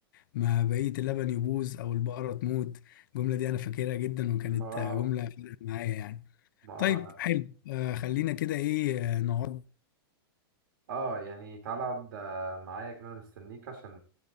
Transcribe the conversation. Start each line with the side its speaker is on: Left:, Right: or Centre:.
Left: ما بقية اللبن يبوظ أو البقرة تموت الجملة دي أنا فاكرها جدا وكانت
Right: ما
Left: آه،
Right: آه،
Left: جملة فرقت معايا يعني
Right: ما
Left: طيب حلو آه، خلينا كده إيه آه، نقعد
Right: اه يعني تعالى اقعد آه، معايا كده انا مستنيك عشان